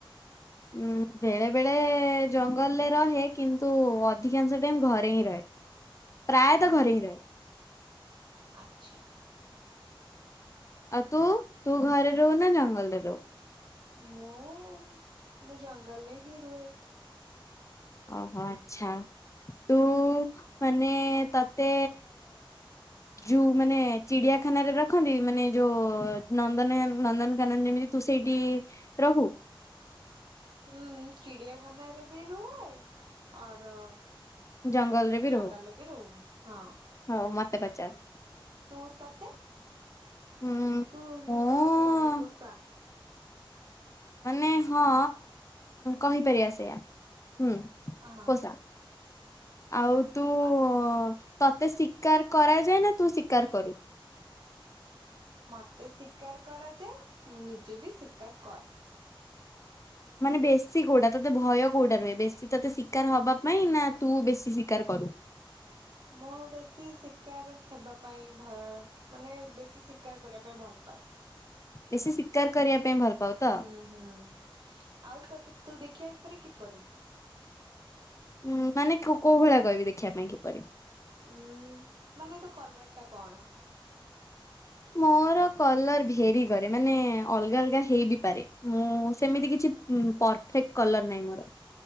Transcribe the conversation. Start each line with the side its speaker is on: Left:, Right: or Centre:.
Left: ଉଁ ବେଳେ ବେଳେ ଜଙ୍ଗଲରେ ରହେ କିନ୍ତୁ ଅଧିକାଂଶ ଟାଇମ୍ ଘରେ ହିଁ ରହେ। ପ୍ରାୟତଃ
Right: ଓ
Left: ଘରେ ହିଁ ରହେ।
Right: ଆଚ୍ଛା
Left: ଆଉ ତୁ ତୁ ଘରେ ରହୁ ନା ଜଙ୍ଗଲରେ ରହୁ
Right: ମୁଁ ମୁଁ ଜଙ୍ଗଲରେ ହିଁ ରୁହେ।
Left: ଓହୋ ଆଚ୍ଛା ତୁ ମାନେ ତତେ ଜୁ ମାନେ ଚିଡିଆଖାନାରେ ରଖନ୍ତି ମାନେ ଯୋଉ ନନ୍ଦନ ନନ୍ଦନକାନନ ଯେମିତି ତୁ ସେଇଟି ରହୁ।
Right: ହୁଁ ଚିଡିଆଖାନାରେ ବି ରୁହେ। ଆର
Left: ଜଙ୍ଗଲରେ ବି
Right: ଜଙ୍ଗଲରେ
Left: ରହୁ
Right: ବି ରହୁ ହଁ।
Left: ହଉ ମତେ ପଚାର।
Right: ତୁ ତତେ।
Left: ଉଁ
Right: ତୁ
Left: ମୁଁ
Right: ଘରେ କେମିତି ପୋଷା?
Left: ମାନେ ହଁ କହିପାରିବା ସେଇୟା ହୁଁ
Right: ହଁ
Left: ପୋଷା। ଆଉ ତୁ।
Right: ଆ
Left: ଓ ତତେ ଶିକାର କରାଯାଏ ନା ତୁ ଶିକାର କରୁ?
Right: ମତେ ଶିକାର କରାଯାଏ ମୁଁ ନିଜେବି ଶିକାର କରେ
Left: ମାନେ ବେଶୀ କୋଉଟା ତୋତେ ଭୟ କୋଉଟା ରୁହେ ବେଶୀ ତୋତେ ଶିକାର ହବା ପାଇଁ ନା ତୁ ବେଶୀ ଶିକାର କରୁ?
Right: ମୁଁ ବେଶୀ ଶିକାର ହେବା ପାଇଁ ଭୟ ମାନେ ବେଶୀ ଶିକାର କରିବା ପାଇଁ ଭଲ ପାଏ।
Left: ବେଶୀ ଶିକାର କରିବା ପାଇଁ ଭଲ ପାଉ ତ?
Right: ହୁଁ ହୁଁ ଆଉ ତତେ ତୁ ଦେଖିବା ପରେ କିପରି?
Left: ହୁଁ ମାନେ କୋଉ ଭଳିଆ କହିବି ଦେଖିବା ପାଇଁ କିପରି।
Right: ଉଁ ମାନେ ତୋ କଲରଟା କଣ?
Left: ମୋର କଲର୍ ଭେରି କରେ ମାନେ ଅଲଗା ଅଲଗା ହେଇ ବିି ପାରେ ମୁଁ ସେମିତି କିଛି ହୁଁ ପରଫେକ୍ଟ କଲର ନାହିଁ ମୋର